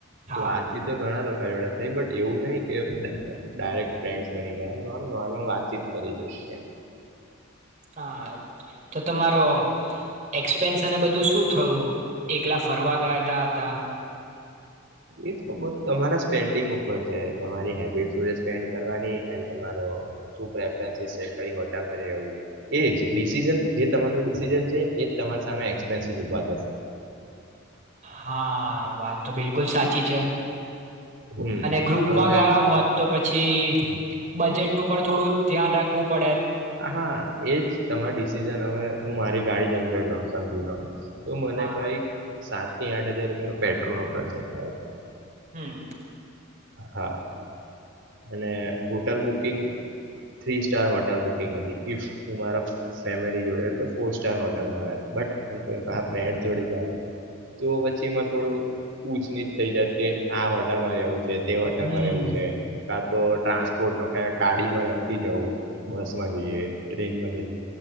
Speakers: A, on the right (about 35°); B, on the right (about 60°).
A: હા
B: વાતચીત તો ઘણા લોકો જોડે થઈ બટ એવું નહિ કે ડા અ ડાયરેક્ટ ફ્રેન્ડ્સ બની ગયા આમ નોમ નોર્મલ વાતચીત કરી દેશે એમ.
A: હા, તો તમારો એક્સપેન્સ અને બધું શું થયું? એકલા ફરવા ગયાતા તા.
B: એ તો બધ તમારા સ્પેન્ડિંગ ઉપર છે, તમારી હેબિટ શું છે સ્પેન્ડ કરવાની એન્ડ તમારો શું પ્રેફ્રેનસીસ છે, કઈ હોટલમાં રેવું, એજ ડિસિઝન જે તમારૂ ડિસિઝન છે, એજ તમાર સામે એક્સપેનસીસ ઉભા થશે.
A: હા, વાત તો બિલકુલ સાચી છે.
B: હમ
A: અને ગ્રુપમાં
B: હવે
A: ગયા હોત તો પછ છી બજેટનું પણ થોડું ધ્યાન રાખવું પડે
B: હ હા એજ તમારી ડિસિઝન હવે હું મારી ગાડી જઈ ગયેલો સમજી લો તો મને
A: હા
B: કઈક સાત થી આઠ હજાર રૂપિયા નો પેટ્રોલ નો ખર્ચો થયો હતો.
A: હમ.
B: હા અને hotel booking three star hotel booking હતી ઈફ હું મારા ફેમિલી જોડે તો ફોર સ્ટાર હોટલ બટ હું ફન્ડ જોડે. તો વચ્ચે એમાં થોડો ઉચ ન. થઈ જત કે આ હોટલ માં રહેવું છે. તે વર્ટન
A: હમ
B: માં રહેવું છે. ક તો ટ્રાન્સપોર્ટ ન. ક કાડી માં નથી જવું. બસ માં જઈએ ટ્રેન માં જ.